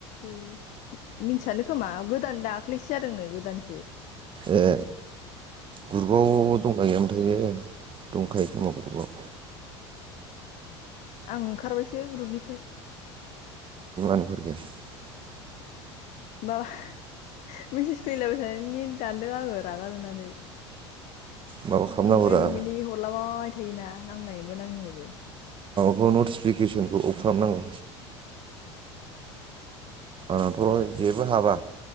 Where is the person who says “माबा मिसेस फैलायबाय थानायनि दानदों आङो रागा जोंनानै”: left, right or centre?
Left